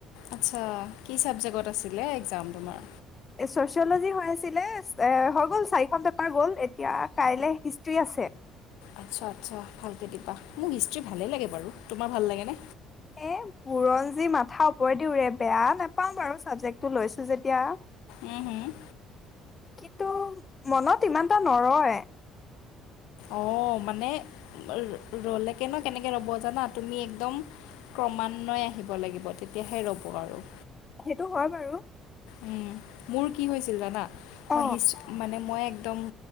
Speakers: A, on the left; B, on the left.
A: আচ্ছা', কি চাবজেক্টট আছিলে এক্সাম তোমাৰ?
B: চচিয়লজি হৈ আছিলে এ হৈ গ'ল, চাৰি পেপাৰ গল এতিয়া কাইলে হিষ্টি আছে।
A: আচ্ছা-আচ্ছা, ভালকে দিবা। মো হিষ্টি ভালেই লাগে বাৰু তোমাৰ ভাল লাগেনে?
B: এ বুৰঞ্জী মাথা ওপৰেদি উৰে, বেয়া নাপাও বাৰু চাবজেক্টটো লৈছো যেতিয়া।
A: উম' হম',
B: কিন্তু মনত ইমানটা নৰয়।
A: অঁ মানে ৰ'লেকে ন কেনেকৈ ৰ'ব জানা তুমি একদম ক্ৰমান্বয়ে আহিব লাগিব, তেতিয়াহে ৰ'ব আৰু।
B: সেইটো হয় বাৰু।
A: উম' মোৰ কি হৈছিল জানা?
B: অ
A: মই মানে মই একদম